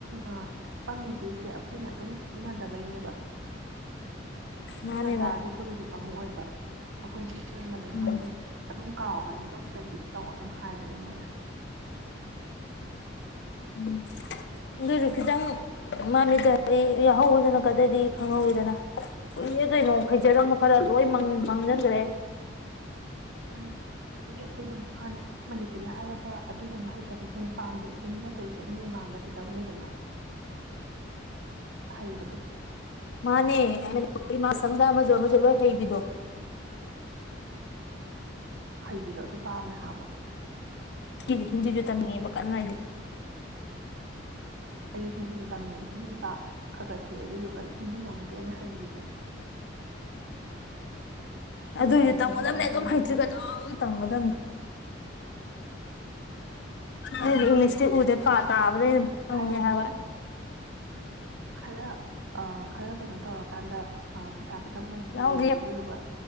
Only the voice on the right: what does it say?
ꯑ ꯄꯪꯉꯤꯗꯣꯏꯁꯦ ꯀꯣꯏꯅ ꯇꯃꯤ ꯎꯗꯕꯩꯅꯦꯕ ꯁꯤꯅ
ꯇꯥꯔꯦꯣ ꯀꯁꯨ ꯑꯃ ꯑꯣꯏꯕ ꯑꯩꯈꯣꯏ ꯆꯅꯕꯅꯤ
ꯃꯣꯏ ꯑꯗꯨꯝ ꯑꯗꯨꯝ ꯀꯥꯎꯒꯅꯤ ꯑꯗꯨꯝ ꯄ꯭ꯔꯦꯛꯇꯤꯁ ꯇꯧ ꯑꯗꯨꯝ ꯍꯥꯏꯕꯅꯦ ꯃꯣꯏꯅ
ꯑꯗꯨꯅꯦ
ꯎꯝ ꯑꯗꯨꯗꯒꯤ ꯑꯩꯈꯣꯏ ꯑꯗꯨꯝ ꯐꯥꯅꯤꯅ ꯃꯅꯤꯄꯨꯔꯤ ꯍꯥꯏꯔꯒ ꯑꯗꯨꯒꯨꯝꯕ ꯍꯥꯏ ꯐꯠꯇꯕꯁꯨ ꯄꯥꯝꯗꯦ ꯑꯗꯨꯝ ꯅꯠꯇ꯭ꯔꯤꯁꯦ ꯑꯅꯤ ꯃꯃꯥꯡꯗ ꯈꯤꯇꯪ ꯂꯩꯗꯅ ꯍꯩꯕꯗꯨ
ꯍꯩꯕꯤꯔꯣ ꯑꯗꯨ ꯄꯥꯝꯃꯦ ꯍꯥꯏꯕ
ꯑꯩꯁꯨ ꯍꯤꯟꯗꯤꯁꯨ ꯇꯝꯅꯤꯡꯉꯦ ꯍꯤꯟꯗꯤꯗꯤ ꯄꯥ ꯈꯥꯒꯠ ꯭ꯔꯦ ꯑꯗꯨꯗꯨꯒ ꯍꯤꯟꯗꯤꯅ ꯑꯃꯨꯛꯀ ꯍꯦꯟꯅ ꯍꯩꯕꯤꯗ꯭ꯔꯦ
ꯐꯔꯦ
ꯍꯤꯟꯗꯤꯗꯤ ꯑꯃꯨꯛꯀ
ꯍꯦꯟꯅ
ꯍꯩꯈꯤꯗ꯭ꯔꯦ ꯏꯆꯦ
ꯇꯝꯅꯤꯡꯉꯤꯅꯦ
ꯎꯝ
ꯍꯥꯏꯔꯛꯑꯣ ꯃꯊꯪ ꯈꯔ ꯈꯔ ꯀꯩꯅꯣ ꯇꯧꯔꯀꯥꯟꯗ ꯄꯩꯁꯥ ꯈꯤꯇꯪꯣꯡ
ꯌꯦꯡꯁꯦ ꯑꯗꯨꯗꯨꯒ